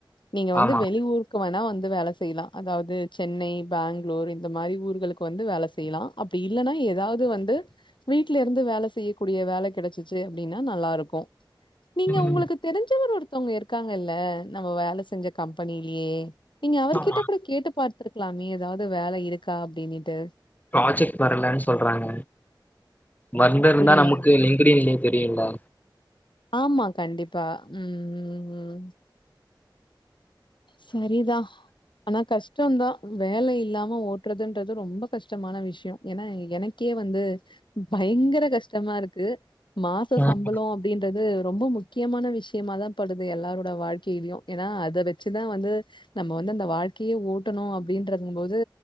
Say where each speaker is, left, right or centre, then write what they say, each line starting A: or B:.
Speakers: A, on the left (about 70°); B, on the left (about 20°).
A: நீங்க வந்து
B: ஆமா
A: வெளீயூரு க்கு வேணா வந்து வேல செய்லா அதாவுது சென்னை பெங்ளூர் இந்த மாரி ஊர்களுக்கு வந்து வேல செய்யலா அப் இப்டி இல்லனா ஏதாவுது வந்து வீட்லருந்து வேல செய்யக்கூடிய வேலக் கெடச்சிச்சு அப்டினா நல்லாருக்கு நீங்க
B: ம்
A: உங்குளுக்கு தெரிஞ்சவர் ஒருத்தவுங்க இருக் இர்க்காங்கல்ல நம்ம வேல செஞ்ச கம்பனிலியே நீங்க அவர்கிட்ட
B: ஆமா
A: கூட கேட்டு பார் த்துருக்லாமே ஏதாவுது வேல இருக்கா அப்டினிட்டு
B: ப்ராஜெக்ட் வரலன் சொல்றாங்க வந்துருந்தா
A: அப்படியா?
B: நமுக்கு லிங் குடியே லிங்க் தெரியோவா
A: ஆமா கண்டிப்பா உம் உம் உம் செரிதா ஆனா கஷ்டோந்தா வேல இல்லாம ஓட்றதுன்றது ரொம்ப கஷ்டமான விஷ்யோ ஏனா எனக் கே வந்து பயங்கர கஷ்டமாருக்கு மாசோ
B: ம்
A: சம்பளோ அப்டின்றது ரொம்போ முக்கியமான விஷ்யமாதா படுது எல்லாரோட வாழ்க்கையிலியு ஏனா அத வெ நொச்சின்னா வந்து நம்ம வந்து அந்த வாழ்க்கையே ஓட்டனோ அப்டின்றதுங்கு போது